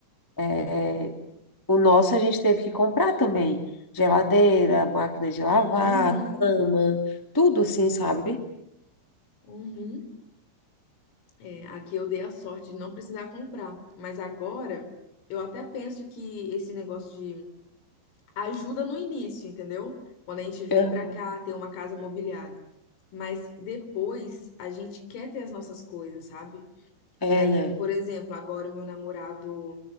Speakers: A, on the left; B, on the left.
A: é
B: É.
A: é, O nosso a gente teve que comprar também. Geladeira, máquina de lavar,
B: Uhum,
A: cama, tudo assim, sabe?
B: uhum. É, aqui eu dei a sorte de não precisar comprar. Mas agora eu até penso que esse negócio de ajuda no início, entendeu? Quando a gente vem
A: Aham.
B: pra cá ter uma casa mobiliada. Mas depois a gente quer ter as nossas coisas, sabe?
A: É,
B: E aí,
A: né?
B: por exemplo, agora o meu namorado